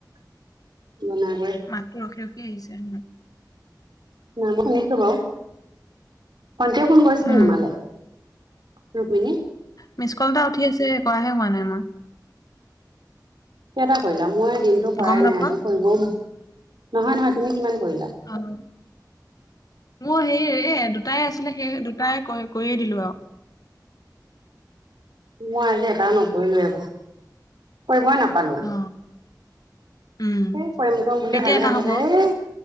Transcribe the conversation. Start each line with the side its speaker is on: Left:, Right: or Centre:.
Right: বনাই কৰি
Left: মাতটো ৰখি ৰখি আহিছে।
Right: নাই মই শুনিছো বাৰু ভণ্টিয়ে ফোন কৰিছিলে
Left: উম
Right: নে তোমালে? ৰুক্মিণী
Left: মিচ কল এটা উঠি আছে কৰাহে হোৱা নাই মই।
Right: কেতা কৰিলা মই দিনটো কৰাই
Left: গম নাপা
Right: নাই আজি কৰিবও, নহয় নহয় তুমি কিমান কৰিলা?
Left: অ' মোৰ হেৰি এ দুটাই আছিলে সেই দুটাই কয় কৰি দিলোঁ আৰু।
Right: মই আজি এটাও নকৰিলো এব। কৰিবই নাপালো।
Left: অ উম
Right: এ কৰিম কৰিম বুলি
Left: এতিয়া
Right: ভাবি
Left: এটা
Right: থাকোতে
Left: হ'ব
Right: এই